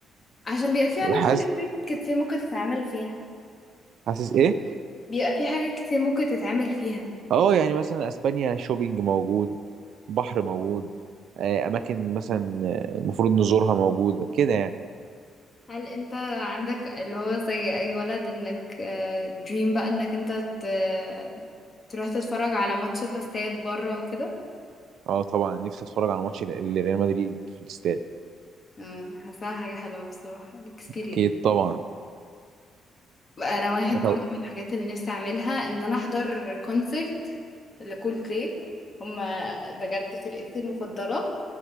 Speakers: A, on the left; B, on the right.
A: عشان بيبقى في أنا في
B: حاسس
A: حاجات كتير ممكن تتعمل فيها
B: حاسس ايه
A: بيبقى في حاجات كتير ممكن تتعمل فيها
B: اه يعني مثلا اسبانيا شوبينج موجود بحر موجود آه، اماكن مثلا آه، المفروض نزورها موجوده كده يعني
A: هل انت عندك اللي هو زي أي ولد انك دريم بقى انك انت ت- تروح تتفرج على ماتش في استاد بره وكده
B: اه طبعا نفسي اتفرج على ماتش ال- ال- ريال مدريد في الاستاد
A: مم، حاساها حاجة حلوة بصراحة experience
B: اكيد طبعا
A: انا واحد برضو
B: طب-
A: من الحاجات اللي نفسي اعملها ان انا احضر كونسرت لكول بلاي هما بجد فرقتي المفضله